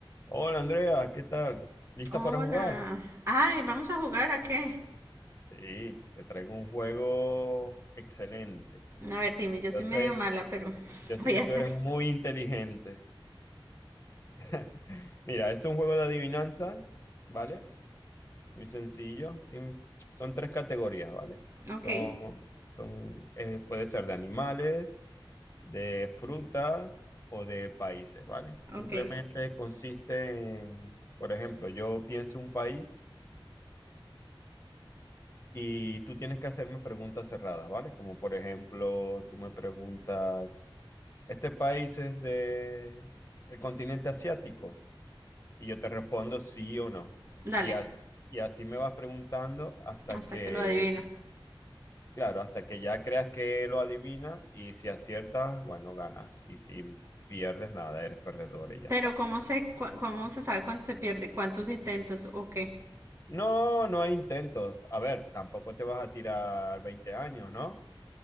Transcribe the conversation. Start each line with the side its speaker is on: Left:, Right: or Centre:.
Left: Hola Andrea, ¿qué tal? ¿Lista
Right: Hola.
Left: para jugar?
Right: Ay, ¿vamos a jugar a qué?
Left: Sí, te traigo un juego excelente.
Right: A ver, dime, yo
Left: Yo
Right: soy medio
Left: sé,
Right: mala, pero
Left: yo sé
Right: voy
Left: que
Right: a
Left: tú
Right: hacer.
Left: eres muy inteligente. <laughs> Mira, este es un juego de adivinanzas, ¿vale? Muy sencillo. sin- son tres categorías, ¿vale?
Right: Ok,
Left: Son, son, eh, puede ser de animales, de frutas o de países, ¿vale? Simplemente
Right: ok.
Left: consiste en, por ejemplo, yo pienso un país. Y tú tienes que hacerme preguntas cerradas, ¿vale? Como por ejemplo, tú me preguntas, ¿este país es de el continente asiático? Y yo te respondo sí o no.
Right: Dale,
Left: Y, as- y así me vas preguntando hasta
Right: hasta
Left: que,
Right: que lo adivino.
Left: claro, hasta que ya creas que lo adivinas y si aciertas, bueno, ganas. Y si pierdes, nada, eres perdedor y ya
Right: Pero
Left: está.
Right: ¿cómo se, cua- cómo se sabe cuándo se pierde? ¿Cuántos intentos? ¿O qué?
Left: No, no hay intentos. A ver, tampoco te vas a tirar 20 años, ¿no?